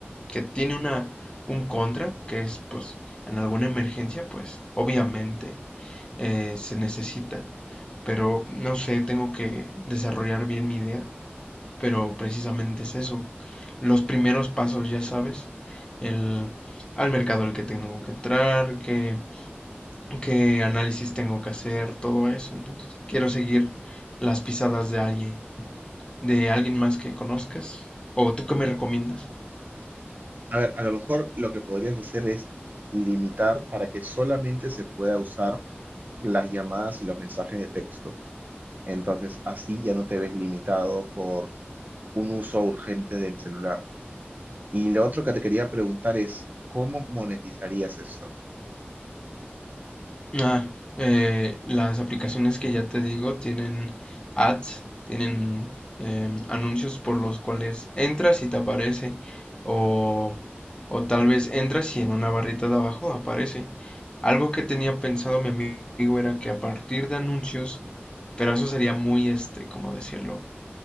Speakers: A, on the left; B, on the right.
A: que tiene una, un contra, que es pues en alguna emergencia, pues obviamente eh, se necesita. Pero no sé, tengo que desarrollar bien mi idea, pero precisamente es eso. Los primeros pasos, ya sabes, el, al mercado al que tengo que entrar, qué, qué análisis tengo que hacer, todo eso. Entonces, quiero seguir las pisadas de alguien, de alguien más que conozcas. ¿O tú qué me recomiendas?
B: A ver, a lo mejor lo que podrías hacer es limitar para que solamente se pueda usar las llamadas y los mensajes de texto. Entonces, así ya no te ves limitado por un uso urgente del celular. Y lo otro que te quería preguntar es, ¿cómo monetizarías esto?
A: Ah, eh, las aplicaciones que ya te digo tienen ads, tienen em, anuncios por los cuales entras y te aparece, o, o tal vez entras y en una barrita de abajo aparece. Algo que tenía pensado mi amigo era que a partir de anuncios, pero eso sería muy, este, ¿cómo decirlo?